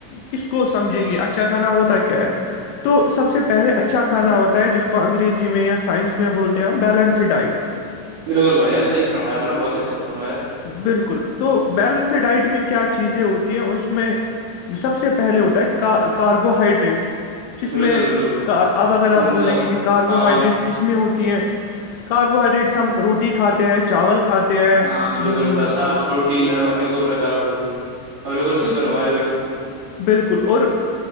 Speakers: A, on the left; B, on the right.
A: کس کو سمجھیں گے اچھا کھانا ہوتا کیا ہے تو سب سے پہلے اچھا کھانا ہوتا ہے جس کو انگریزی میں یا سائنس میں بولتے ہیں ہم بیلنسڈ ڈائٹ
B: بالکل بھائی سحی فرمایابا بہت اچھا فمایا
A: بالکل تو بیلنس ڈائٹ میں کیا کیا چیزیں ہوتی ہیں اس میں سب سے پہلے ہوتا ہے کاربو ہائڈریٹس جس
B: بالکل
A: میں
B: بالکل
A: اب اگر آپ
B: ارجا
A: بولیں گے کہ کاربوہائیڈریٹس
B: ہاں
A: قسمیں ہوتی ہیں کاربوہائیڈریٹس ہم روٹی کھاتے ہیں چاول کھاتے ہیں
B: ہاں بالکل
A: ام،
B: بسا پروٹین انیکوں پرکار اور بالکل صحی پر ہمارے بائی
A: بالکل اور